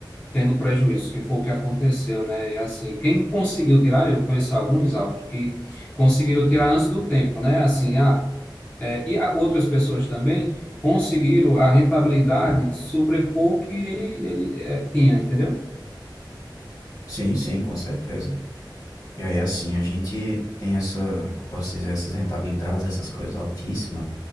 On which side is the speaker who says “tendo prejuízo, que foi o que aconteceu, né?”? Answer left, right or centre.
Left